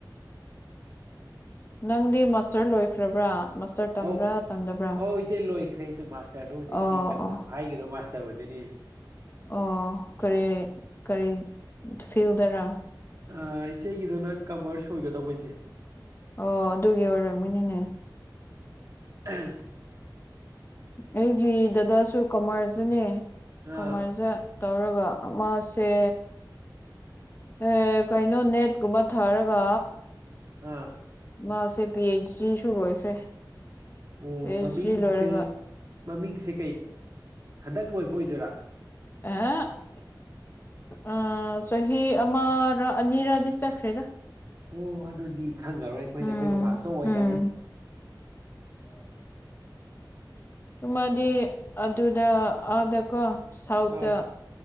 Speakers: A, on the left; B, on the right.
A: ꯅꯪꯗꯤ ꯃꯁꯇꯔ ꯂꯣꯏꯈ꯭ꯔꯕ꯭ꯔꯥ ꯃꯥꯁꯇꯔ ꯇꯝꯕ꯭ꯔꯥ
B: ꯑꯧ
A: ꯇꯝꯗꯕ꯭ꯔꯥ
B: ꯑꯧ ꯏꯆꯦ ꯂꯣꯏꯈ꯭ꯔꯦ ꯑꯩꯁꯨ ꯃꯥꯁꯇꯔꯗꯣ ꯍꯧꯖꯤꯛꯀꯤ
A: ꯑꯣ
B: ꯀꯩꯅꯣꯗ
A: ꯑꯣ
B: ꯍꯥꯏꯒꯗꯣ ꯃꯥꯁꯇꯔ ꯑꯣꯏꯗꯣꯏꯅꯤ
A: ꯑꯣ ꯀꯔꯤ ꯀꯔꯤ ꯐꯤꯜꯗꯔ
B: ꯑꯥ ꯏꯆꯦꯒꯤꯗꯨꯅ ꯀꯃꯔꯁ ꯑꯣꯏꯒꯗꯧꯕ ꯏꯆꯦ
A: ꯑꯣ ꯑꯗꯨꯒꯤ ꯑꯣꯏꯔꯝꯃꯤꯅꯤꯅꯦ
B: ꯍꯝ
A: ꯑꯩꯒꯤ ꯗꯗꯥꯁꯨ ꯀꯃꯔꯁꯇꯅꯦ ꯀꯃꯔꯁꯁ
B: ꯑꯥ
A: ꯇꯧꯔꯒ ꯃꯥꯁꯦ ꯑꯦ ꯀꯩꯅꯣ ꯅꯦꯠꯀꯨꯝꯕ ꯊꯥꯔꯒ
B: ꯑꯥ
A: ꯃꯥꯁꯦ ꯄꯤ ꯑꯩꯆ ꯗꯤꯁꯨ ꯂꯣꯏꯈ꯭ꯔꯦ
B: ꯑꯣ
A: ꯄꯤ ꯑꯩꯆ
B: ꯃꯃꯤꯁꯦ
A: ꯗꯤ ꯂꯣꯏꯔꯒ
B: ꯃꯃꯤꯁꯦ ꯍꯟꯗꯛ ꯂꯣꯏꯕ ꯑꯣꯏꯗꯣꯏꯔ
A: <unintelligible> ꯑꯥ ꯆꯍꯤ ꯑꯃꯔ ꯑꯅꯤꯔ ꯗꯤ ꯆꯠꯈ꯭ꯔꯦꯗ
B: ꯑꯣ ꯑꯗꯨꯗꯤ ꯈꯪꯉꯔꯣꯏ ꯑꯈꯣꯏꯅ
A: ꯎꯝ
B: ꯑꯈꯣꯏ ꯃꯃꯥꯛꯇ ꯑꯣꯏꯈꯔꯗꯤ
A: ꯎꯝ ꯑꯃꯗꯤ ꯑꯗꯨꯗ ꯑꯥꯗꯀꯣ ꯁꯥꯎꯠꯇ
B: ꯑꯥ